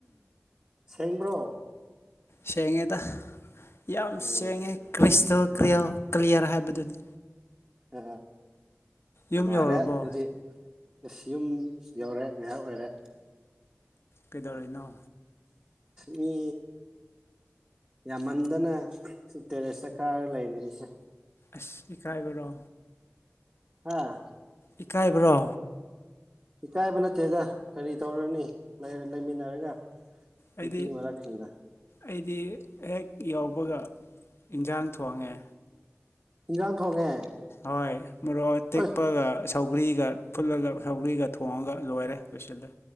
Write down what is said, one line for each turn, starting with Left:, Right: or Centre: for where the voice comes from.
Right: ꯁꯦꯡꯦꯡꯕ꯭ꯔꯣ
Left: ꯁꯦꯡꯉꯦꯗ ꯌꯥꯝ
Right: ꯎꯝ
Left: ꯁꯦꯉꯦ ꯀ꯭ꯔꯤꯁ ꯀ꯭ꯔꯤꯌꯥ ꯀ꯭ꯂꯤꯌꯥꯔ ꯍꯥꯏꯕꯗꯨꯅꯤ
Right: ꯑ
Left: ꯌꯨꯝ
Right: ꯑꯅꯋꯥꯔꯦ
Left: ꯌꯧꯔꯕꯣ
Right: ꯑꯗꯨꯗꯤ ꯏꯁꯁ ꯌꯨꯝ ꯌꯧꯔꯦ ꯉꯥꯏꯍꯥꯛ ꯑꯣꯏꯔꯦ
Left: ꯀꯩꯗꯧꯔꯤꯅꯣ
Right: ꯃꯤ ꯌꯥꯝꯃꯟꯗꯅ ꯁꯤ ꯇꯦꯔꯦꯁꯇ ꯀꯥꯔꯒ ꯂꯩꯔꯤꯅꯤꯁꯦ
Left: ꯑ ꯀꯥꯏꯕꯂꯣ
Right: ꯑꯥ
Left: ꯏꯀꯥꯏꯕ꯭ꯔꯣ
Right: ꯏꯀꯥꯏꯕ ꯅꯠꯇꯦꯗ ꯀꯔꯤ ꯇꯧꯔꯅꯤ ꯂꯩꯃꯤꯟꯅꯔꯒ
Left: ꯑꯩꯗꯤ
Right: ꯅꯨꯄꯤꯤ ꯃ ꯁꯤꯗ
Left: ꯑꯩꯗꯤ ꯍꯦꯛ ꯌꯥꯎꯕꯒ ꯏꯟꯁꯥꯡ ꯊꯣꯡꯉꯦ
Right: ꯏꯤꯟꯖꯥꯡ ꯊꯣꯡꯉꯦ
Left: ꯍꯣꯏ ꯃꯔ ꯇꯄ
Right: ꯑꯣꯏ
Left: ꯁꯧꯒ꯭ꯔꯤꯒ ꯐꯨꯠꯂꯒ ꯁꯧꯒ꯭ꯔꯤꯒ ꯊꯣꯡꯉꯒ ꯂꯣꯏꯔꯦ ꯂꯣꯏꯁꯤꯜꯂꯦ